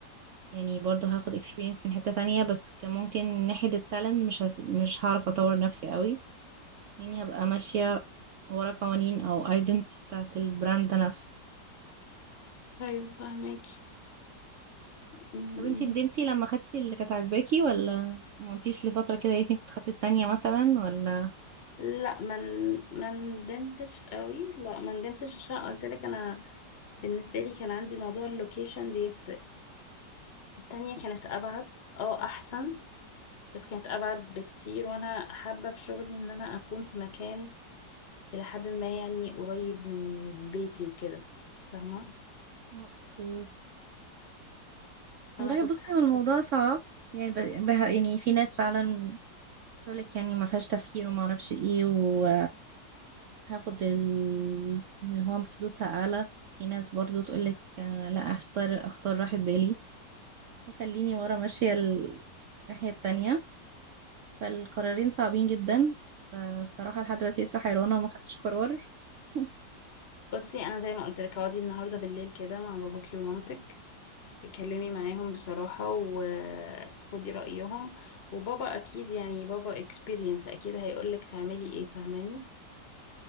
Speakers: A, on the right; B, on the left.
A: يعني برضه هاخد experience من حتة تانية بس كممكن ناحية التالنت مش هس... مش هعرف اطور نفسي قوي لاني هبقى ماشية ورا قوانين او identity بتاعت البراند ده نفسه
B: ايوه فهماكي مم،
A: طب انتي ندمتي لما خدتي اللي كانت عاجباكي ولا ما قلتيش لفترة كده يا ريتني كنت خدت التانية مثلا ولا
B: لا ما ن- ما ندمتش قوي لا ما ندمتش عشان قلت لك انا بالنسبه لي كان عندي موضوع اللوكيشن بيفرق التانية كانت ابعد اه احسن بس كانت ابعد بكتير وانا حابه في شغلي ان انا اكون في مكان الى حد ما يعني قريب من من بيتي وكده فاهمه
A: أوكي.
B: فانا
A: والله
B: كنت
A: بصي
B: حابه
A: هو الموضوع
B: كده
A: صعب يعني ب... بها... يعني في ناس فعلا بتقولك يعني ما فيهاش تفكير وما اعرفش ايه و... هاخد ال- اللي هو فلوسها اعلى في ناس برضو تقولك آه، لا اختار اختار راحة بالي وخليني ورا ماشية ال- الناحية التانية فالقرارين صعبين جدا فالصراحة لحد دلوقتي لسه حيرانة وما خدتش قرار <laughs>
B: بصي انا زي ما قلت لك اقعدي النهارده بالليل كده مع باباكي ومامتك اتكلمي معاهم بصراحة وخدي رأيهم وبابا أكيد يعني بابا اكسبيرينس أكيد هيقولك تعملي ايه فاهماني